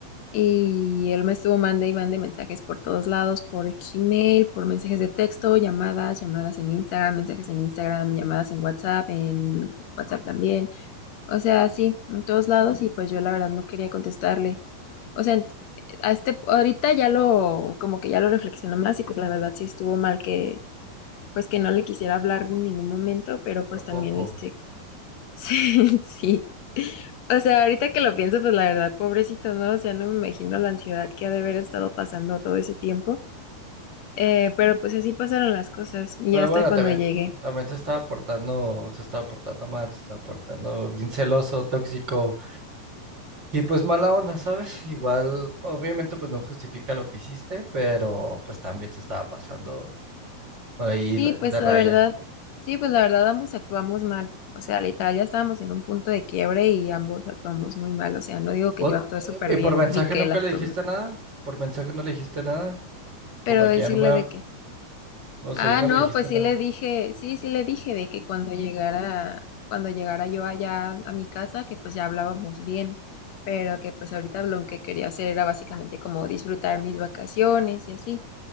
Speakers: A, on the left; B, on the right.
A: Y él me estuvo mande y mande mensajes por todos lados, por Gmail, por mensajes de texto, llamadas, llamadas en Instagram, mensajes en Instagram, llamadas en WhatsApp, en WhatsApp también. O sea, sí, en todos lados y pues yo la verdad no quería contestarle. O sea, a este ahorita ya lo como que ya lo reflexiono más y pues la verdad sí estuvo mal que pues que no le quisiera hablar en ningún momento, pero pues
B: ¿A poco?
A: también este Sí, <laughs> sí. O sea, ahorita que lo pienso, pues la verdad, pobrecito, ¿no? O sea, no me imagino la ansiedad que ha de haber estado pasando todo ese tiempo. Eh, pero pues así pasaron las cosas y
B: Pero
A: hasta
B: bueno,
A: cuando
B: también,
A: llegué.
B: también se estaba portando, se estaba portando mal, se estaba portando bien celoso, tóxico y pues mala onda, ¿sabes? Igual, obviamente, pues no justifica lo que hiciste, pero pues también se estaba pasando ahí
A: Sí,
B: la-
A: pues
B: de
A: la
B: raya.
A: verdad, sí, pues la verdad ambos actuamos mal. O sea, literal ya estábamos en un punto de quiebre y ambos actuamos muy mal. O sea, no digo que
B: O-
A: yo actúe
B: eh,
A: súper
B: ¿y
A: bien
B: por mensaje
A: ni que
B: nunca
A: él actúe
B: le dijiste
A: mal.
B: nada? ¿Por mensaje no le dijiste nada? Como
A: Pero
B: que
A: decirle
B: ya no me habla,
A: de qué.
B: o
A: Ah,
B: sea, ya no
A: no,
B: le dijiste
A: pues sí
B: nada.
A: le dije, sí, sí le dije de que cuando llegara, cuando llegara yo allá a mi casa, que pues ya hablábamos bien, pero que pues ahorita lo que quería hacer era básicamente como disfrutar mis vacaciones y así.